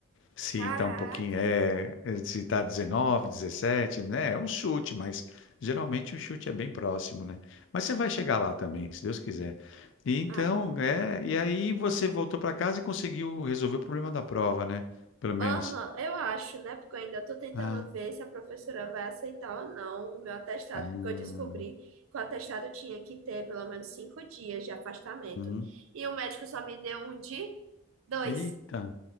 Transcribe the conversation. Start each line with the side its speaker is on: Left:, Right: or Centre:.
Left: Se
Right: Caraca.
Left: tá um pouquinho, é, é, se tá 19, 17, né? É um chute, mas geralmente o chute é bem próximo, né? Mas você vai chegar lá também, se Deus quiser. E então,
Right: Amém.
Left: é, e aí você voltou para casa e conseguiu resolver o problema da prova, né? Pelo menos.
Right: Aham, eu acho, né? Porque eu ainda tô tentando
Left: Ah,
Right: ver se a professora vai aceitar ou não o meu atestado,
Left: ah, hum,
Right: porque eu descobri que o atestado tinha que ter pelo menos cinco dias de afastamento.
Left: uhum.
Right: E o médico só me deu um de dois.
Left: Eita,